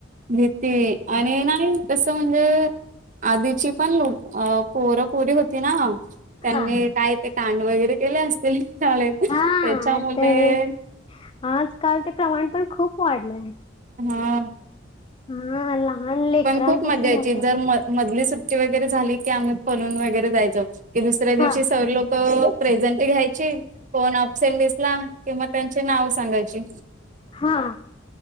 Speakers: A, on the right; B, on the left.
A: भीती आणि नाही तस म्हणजे आधीची पण लूट अ पोर पोरी होती ना त्यांनी
B: हा
A: काय ते कांड वगैरे केले असतील. चाले त्याच्यामुळे
B: हा आता हे आजकाल ते प्रमाण पण खूप वाढलंय.
A: हा.
B: हा लहान लेकरांपासून
A: पण खूप मजा यायची
B: मोठ्यापर्यंत.
A: जर म मधली सुट्टी वगैरे झाली की आम्ही फलून वगैरे जायचो की दुसऱ्या दिवशी
B: हा
A: सर् लोक प्रेझंटी घ्यायची कोण अपसेंट दिसला किंवा त्यांचे नाव सांगायची.
B: हा.